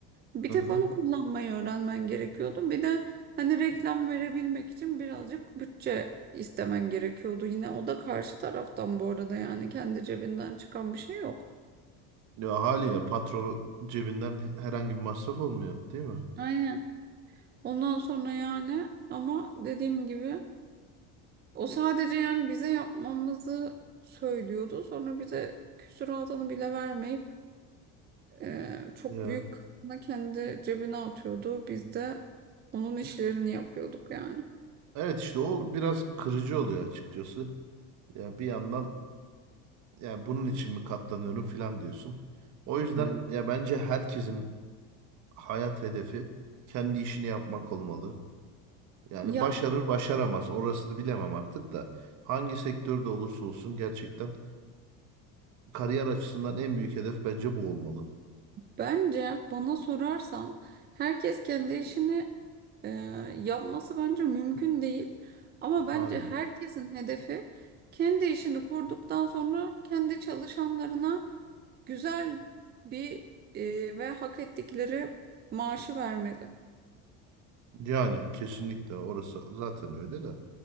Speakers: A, on the right; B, on the right.
A: Bir
B: Hı
A: tek
B: hı.
A: onu kullanmayı öğrenmen gerekiyordu. Bir de hani reklam verebilmek için birazcık bütçe istemen gerekiyordu. Yine o da karşı taraftan bu arada yani kendi cebinden çıkan bir şey yok.
B: Ya haliyle patron cebinden herhangi bir masraf olmuyor, değil mi?
A: Aynen. Ondan sonra yani ama dediğim gibi o sadece yani bize yapmamızı söylüyordu. Sonra bize küsuratını bile vermeyip e, çok
B: Ya.
A: büyük kısmını kendi cebine atıyordu. Biz de onun işlerini yapıyorduk yani.
B: Evet işte o biraz kırıcı oluyor açıkçası. Ya bir yandan ya bunun için mi katlanıyorum filan diyorsun. O yüzden
A: Evet.
B: ya bence herkesin hayat hedefi kendi işini yapmak olmalı. Yani
A: Ya
B: başarır başaramaz orasını bilemem artık da hangi sektörde olursa olsun gerçekten kariyer açısından en büyük hedef bence bu olmalı
A: bence bana sorarsan herkes kendi işini Ee, yapması bence mümkün değil. Ama
B: haliyle.
A: bence herkesin hedefi kendi işini kurduktan sonra kendi çalışanlarına güzel bir e, ve hak ettikleri maaşı vermeli.
B: Yani kesinlikle orası zaten öyle de